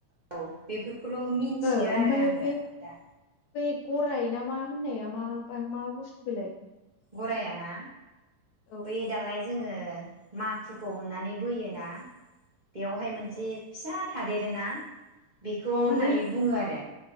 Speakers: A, on the right (about 50°); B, on the left (about 70°).
A: औ बेफोर खौल मिनथियो
B: ओ ओमफ्राय
A: आरो आङो
B: बे
A: दा।
B: बै गराय ना मा होननाया माबा मा बुस्थु बेलाय?
A: गराया ना?
B: औ
A: बै दालाय जोङो माखुखौ हमनानै बोयोना बेयावहाय
B: औ
A: मोनसे
B: औ
A: फिसा थादेरोना बेखौ
B: अ
A: होननानै
B: बै
A: बुङो आरो